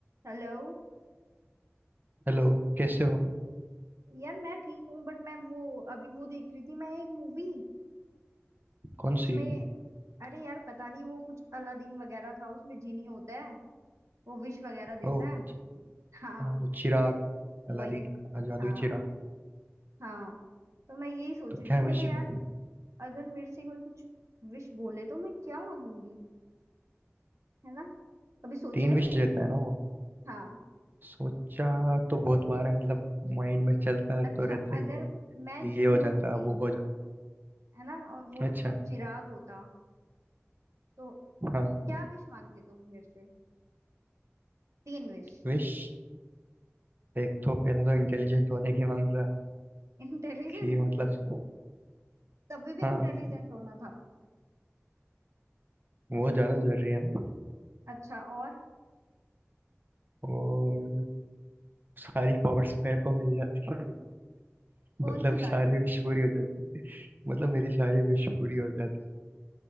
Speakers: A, on the right (about 80°); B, on the right (about 40°).
A: Hello
B: Hello कैसे हो
A: यार मैं ठीक हूँ बट मैं वो अभी वो देख रही थी मैं एक मूवी
B: कौन
A: उसमें
B: सी
A: अरे यार पता नहीं वो कुछ अलादीन वगैरह था उसमें जीनी होता है वो विश वगैरह देता
B: ओ
A: है
B: अच्छा
A: हाँ
B: हाँ, वो चिराग अलादीन
A: वही
B: का जादुई
A: हाँ
B: चिराग
A: हाँ तो मैं यही सोच
B: तो
A: रही
B: क्या
A: थी मैं
B: विश
A: कि यार
B: में
A: अगर मेरे से कोई कुछ विश बोले तो मैं क्या मांगूंगी है ना कभी सोचा
B: तीन
A: है
B: विश
A: ये
B: देता है ना वो
A: हाँ
B: सोचा तो बहुत बार है मतलब माइंड में चलता
A: अच्छा
B: तो रहता ही
A: अगर
B: है कि
A: मैं जीनी
B: ये हो जाता
A: होती
B: वो हो जाता
A: है ना और वो
B: अच्छा
A: चिराग होता तो
B: हाँ
A: क्या विश मांगते तुम मेरे से तीन विश
B: विश एक तो पहला तो इंटेलिजेंट होने की मांगता
A: इंटेलिजेंट
B: कि मतलब
A: तभी भी
B: हाँ
A: इंटेलिजेंट होना था
B: वो ज्यादा जरूरी है ना
A: अच्छा और
B: और सारी पावर्स मेरे को मिल जाती
A: कौन
B: मतलब
A: सी सारी
B: सारी विश पूरी हो जाती मतलब मेरी सारी विश पूरी हो जाती